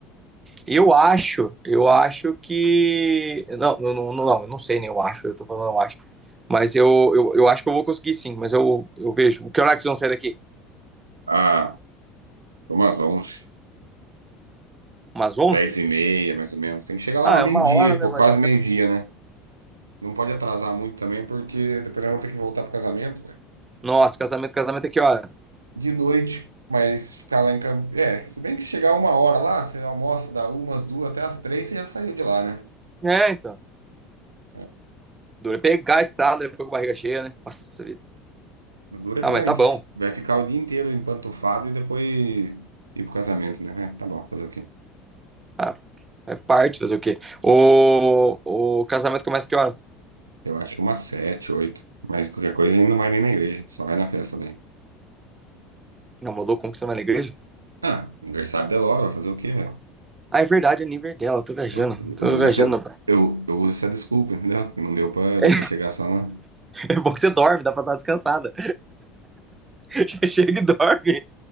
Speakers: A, on the right (about 20°); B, on the right (about 85°).
A: Eu acho, eu acho que. Não, não, não, não, eu não sei, né? Eu acho, eu tô falando, eu acho. Mas eu, eu, eu acho que eu vou conseguir sim, mas eu, eu vejo. Que hora que vocês vão sair daqui?
B: Ah, umas 11,
A: Umas 11?
B: 10 e meia, mais ou menos. Tem que chegar lá
A: Ah,
B: uma
A: é
B: meio-dia,
A: uma hora, né?
B: pô,
A: Mas...
B: quase meio-dia, né? Não pode atrasar muito também, porque depois nós vamos ter que voltar pro casamento. né?
A: Nossa, casamento, casamento é que hora?
B: de noite, mas ficar lá em Campo. É, se bem que se chegar uma hora lá, você almoça, dá umas duas até as três, você já saiu de lá, né?
A: É, então.
B: É,
A: Dura é pegar a estrada, depois com a barriga cheia, né? Nossa vida.
B: o duro é
A: Ah,
B: também
A: mas tá bom.
B: vai ficar o dia inteiro empantufado e depois ir pro casamento, né? É, tá bom, fazer o quê?
A: Ah, é parte, fazer o quê? O, o casamento começa que hora?
B: Eu acho que umas sete, oito. Mas qualquer coisa a gente não vai nem na igreja, só vai na festa daí.
A: Não, maluco, como que você vai na igreja?
B: Ah, aniversário da Laura, vai fazer o quê, velho?
A: Ah, é verdade, é nível dela, eu tô viajando.
B: Eu,
A: Tô
B: eu uso
A: viajando
B: essa,
A: na
B: eu, eu uso essa desculpa, entendeu? Que não deu pra, deu
A: É
B: pra chegar só na.
A: é bom que você dorme, dá pra estar descansada. Já chega e dorme